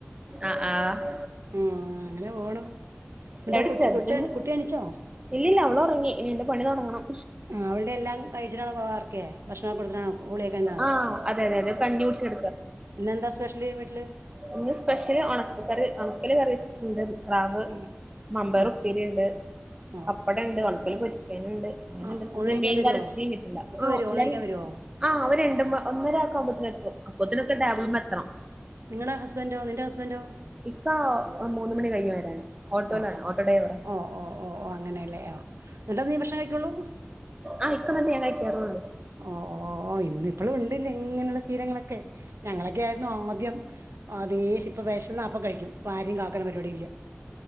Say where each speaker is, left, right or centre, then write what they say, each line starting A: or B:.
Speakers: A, on the right; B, on the right.
A: ആഹ് ആഹ്
B: ഉം അങ്ങനെ പോണു എന്നിട്ട്
A: എവിടെ
B: കൊച്ച്
A: ചെ <unintelligible>
B: കൊച്ച് കുട്ടി എണീച്ചോ?
A: ഇല്ല്യല്ല അവളൊറ്ങ്ങി ഇനി എന്റെ പണി തൊടങ്ങണം
B: ആഹ് അവളുടെ എല്ലാം കഴിച്ചിട്ടാണോ കോ വർക്കേ ഭക്ഷണം കൊടുത്തിട്ടാണോ ഗുളിയൊക്കെ ഉണ്ടോ
A: ആഹ് അതെതെ അതെ കഞ്ഞികുട്ച്ച
B: ഇന്നെന്താ സ്പെഷ്യല് വീട്ടില്
A: ഇന്ന് സ്പെഷ്യല് ഒണക്ക കറി ഒണക്കല് കറി വെച്ചിട്ട്ണ്ട് സ്രാവ്
B: ഉം.
A: മമ്പേർ
B: ഓ
A: ഉപ്പേരി ഉണ്ട്
B: ഓ
A: പപ്പടണ്ട് ഒണക്കൽ പൊര് ണ്ട് അങ്ങനെ
B: ആഹ് ഊണ്
A: എന്ത
B: കഴിക്കാൻ
A: മീൻകർ
B: വരുവോ
A: മീൻ കിട്ടില്ല
B: ഉപ്പ
A: ആ
B: വരുവോ
A: അല്ലും
B: ഊണ് കഴിക്കാൻ വരുവോ
A: ആഹ് അവ രണ്ടും ഒന്നര ആക്കാവുമ്പോത്തേ എത്തും അപ്പത്തിനൊക്കെടാബിൾമെത്തണം
B: നിങ്ങളെ ഹസ്ബൻന്റോ നിന്റെ ഹസ്ബൻന്റോ
A: ഇക്ക മൂന്ന് മണി കഴിയും വരാന് ഓട്ടോയിലാണ്
B: ഓ
A: ഓട്ടോ ഡ്രൈവറാ
B: ഓ ഓ ഓ ഓ അങ്ങനെല്ലേ ഓ എന്നിട്ടാ നീ ഭക്ഷണം കഴിക്കൊള്ളു
A: അ ഇക്ക വന്നെ ഞാക്കഴിക്കാറുള്ളു
B: ഓ ഓ ഓ ഇന്ന് ഇപ്പളും ഉണ്ട്ല്ല ഇങ്ങനെയുള്ള ശീലങ്ങളൊക്കെ ഞങ്ങളൊക്കെ ആയിരുന്നു അദ്യം <inaudible> ഇപ്പ വിശന്നപ്പൊ കഴിക്കും പ്പൊ ആരെയും കാക്കണ പരിപാടില്ല